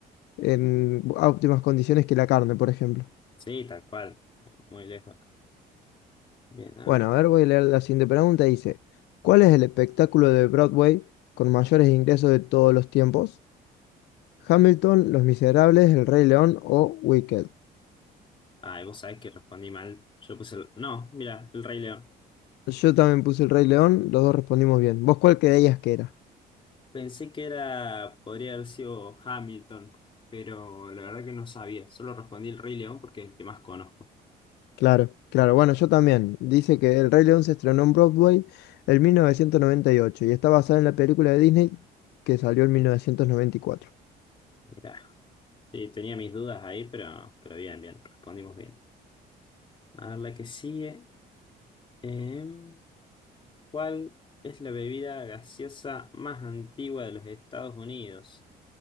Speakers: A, on the left (about 80°); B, on the left (about 30°).
A: en óptimas condiciones que la carne, por ejemplo.
B: Sí, tal cual, muy lejos. Bien, a
A: Bueno,
B: ver.
A: a ver, voy a leer la siguiente pregunta. Dice, ¿cuál es el espectáculo de Broadway con mayores ingresos de todos los tiempos? Hamilton, Los Miserables, El Rey León o Wicked.
B: Ah, y vos sabés que respondí mal. Yo puse, el- no, mira, el Rey León.
A: Yo también puse El Rey León, los dos respondimos bien. ¿Vos cuál creías que era?
B: Pensé que era, podría haber sido Hamilton, pero la verdad que no sabía. Solo respondí el Rey León porque es el que más conozco.
A: Claro, claro. Bueno, yo también. Dice que El Rey León se estrenó en Broadway en mil novecientos noventa y ocho y está basada en la película de Disney que salió en mil novecientos noventa y cuatro.
B: Mirá. Sí, tenía mis dudas ahí, pero, pero bien, bien, respondimos bien. A ver, la que sigue. Em, ¿cuál es la bebida gaseosa más antigua de los Estados Unidos?